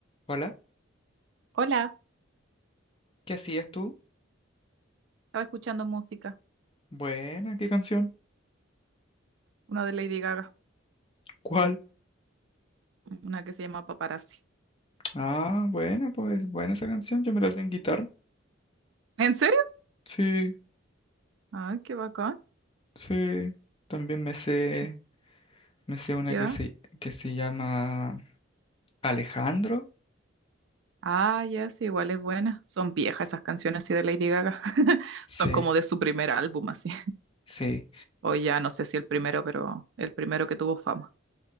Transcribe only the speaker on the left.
Hola,
¿qué hacías tú?
Buena, ¿qué canción?
¿Cuál?
Ah, buena, pues buena esa canción, yo me la hacía en guitarra.
Sí,
sí. También me sé,
me sé una
que se, que se llama Alejandro.
Sí,
sí.